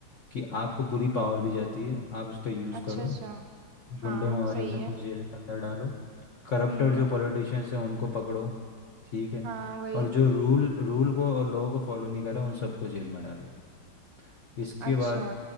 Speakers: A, on the left (about 65°); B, on the right (about 70°).
A: कि आपको पूरी पावर दी जाती है आप इसका यूज़
B: अच्छा
A: करो
B: अच्छा हाँ
A: गुंडे मवाली
B: सही
A: इन सबको
B: है
A: जेल के अंदर डालो करप्टेड
B: हम्म
A: जो पॉलिटिशियंस हैं उनको पकड़ो ठीक है
B: हाँ वही
A: और जो रूल रूल को और लॉ को फॉलो नहीं कर रहा उन सबको जेल में डालो इसके
B: अच्छा
A: बाद